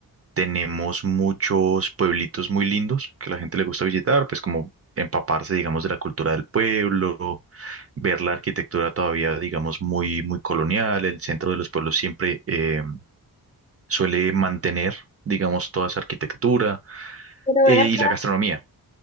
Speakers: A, on the right; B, on the left.
A: tenemos muchos pueblitos muy lindos que a la gente le gusta visitar, pues como empaparse, digamos, de la cultura del pueblo, ver la arquitectura todavía, digamos, muy, muy colonial. El centro de los pueblos siempre em, suele mantener, digamos, toda esa arquitectura
B: Pero
A: eh,
B: ven
A: y
B: acá,
A: la gastronomía.